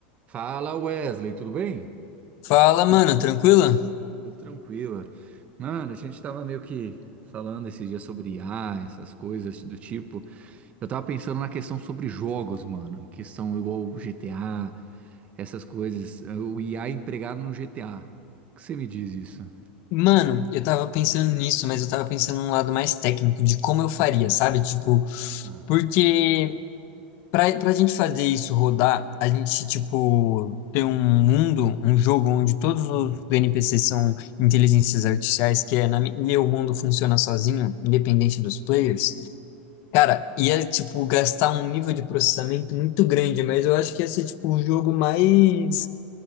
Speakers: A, on the right; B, on the left.
A: Fala Wesley, tudo bem?
B: Fala, mano, tranquila
A: Tudo tranquila. Mano, a gente tava meio que falando esse dia sobre IA, essas coisas do tipo. Eu tava pensando na questão sobre jogos, mano. em Questão igual o GTA, essas coisas. O IA empregado no GTA. O que você me diz isso?
B: Mano, eu tava pensando nisso, mas eu tava pensando num lado mais técnico de como eu faria, sabe? Tipo,
A: Ah,
B: porque pra, pra gente fazer isso rodar, a gente, tipo, ter um mundo, um jogo onde todos os NPCs são inteligências artificiais, que é na, mi- e o mundo funciona sozinho, independente dos players. Cara, ia, tipo, gastar um nível de processamento muito grande, mas eu acho que ia ser, tipo, o jogo mais